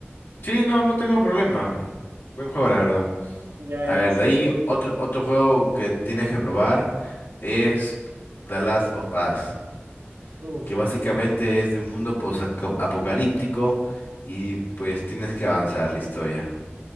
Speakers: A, on the left; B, on the right.
A: Sí, no, no tengo problema. Buen juego, la verdad.
B: Ya,
A: A
B: ya,
A: ver,
B: sí.
A: de ahí otro, otro juego que tienes que probar es The Last of Us.
B: Uf.
A: que básicamente es de un mundo apocalíptico y pues tienes que avanzar la historia.